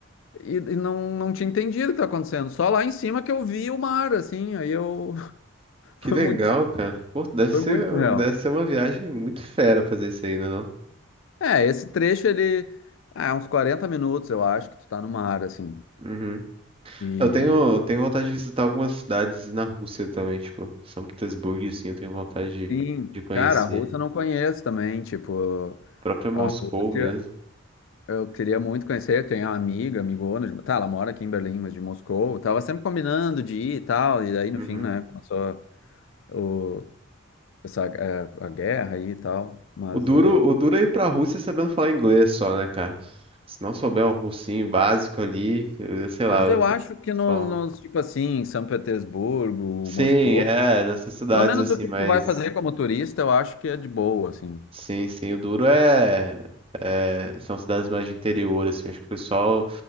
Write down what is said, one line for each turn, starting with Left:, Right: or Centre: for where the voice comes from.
Left: E, e não, não tinha entendido o que tá acontecendo. Só lá em cima que eu vi o mar, assim. Aí eu. <laughs> Foi
Right: que legal,
Left: muito,
Right: cara. Pô, deve
Left: foi
Right: ser,
Left: muito real.
Right: deve ser uma viagem muito fera fazer isso aí, né, não?
Left: É, esse trecho ele. Ah, é uns 40 minutos, eu acho, que tu tá no mar, assim.
Right: Uhum.
Left: E.
Right: Eu tenho, tenho vontade de visitar algumas cidades na Rússia também, tipo, São Petersburgo, assim, eu tenho vontade de,
Left: Sim,
Right: de conhecer.
Left: cara, a Rússia eu não conheço também. Tipo,
Right: A própria Moscou
Left: a Rússia
Right: mesmo.
Left: eu queria muito conhecer. Tem uma amiga, amigona. De... Tá, ela mora aqui em Berlim, mas de Moscou. Eu tava sempre combinando de ir e tal. E daí, no
Right: Uhum.
Left: fim, né, começou o... essa, é, a guerra aí e tal. Mas.
Right: O duro,
Left: uh,
Right: o duro é ir pra Rússia sabendo falar inglês só, né, cara? Se não souber um russinho básico ali, eu sei lá,
Left: Mas
Right: eu
Left: eu acho que nos,
Right: só...
Left: nos, tipo assim, São Petersburgo,
Right: Sim,
Left: Moscou,
Right: é, nessas cidades
Left: pelo menos
Right: assim,
Left: o que
Right: mas...
Left: tu vai fazer como turista, eu acho que é de boa, assim.
Right: Sim, sim, o duro é... é- são cidades mais de interior, assim, acho que o pessoal